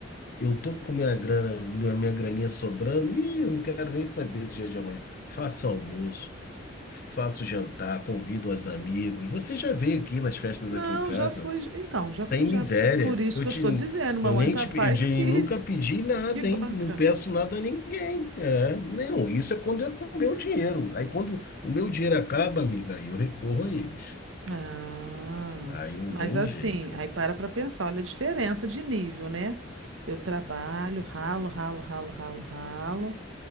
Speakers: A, on the left; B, on the right.
A: eu tô com minha grana, minha, minha graninha sobrando, e eu não quero nem saber do dia de amanhã. Faça almoço. faço jantar, convido os amigos. Você já veio aqui nas festas
B: Não,
A: aqui em casa,
B: já fui. Então, já
A: sem
B: fui
A: miséria.
B: já. Por isso
A: Eu
B: que
A: te,
B: eu estou dizendo, mamãe
A: eu nem
B: e papai,
A: te, pe- eu de-
B: <laughs> que,
A: nunca pedi nada,
B: que banca.
A: hein? Não peço nada a ninguém. É, não, isso é quando é com o meu dinheiro. Aí quando o meu dinheiro acaba, amiga, aí eu recorro a eles.
B: Ah,
A: Aí não
B: mas
A: tem
B: assim,
A: jeito.
B: aí para para pensar, olha a diferença de nível, né? Eu trabalho, ralo, ralo, ralo, ralo, ralo,